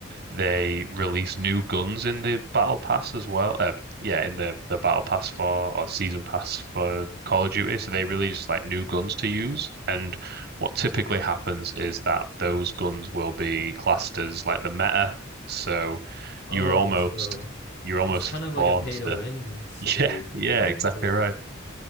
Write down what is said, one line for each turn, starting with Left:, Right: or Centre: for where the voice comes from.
Right: They released new guns in the battle pass as well. Uh, yeah, in the the battle pass for or season pass for Call of Duty. So they released like new guns to use. And what typically happens is that those guns will be classed as like the meta. So
Left: Oh,
Right: you're almost
Left: so
Right: you're almost
Left: it's kind of like
Right: forced
Left: a pay to
Right: to.
Left: win
Right: <laughs>
Left: situation,
Right: Yeah, yeah,
Left: no?
Right: exactly
Left: Or
Right: right.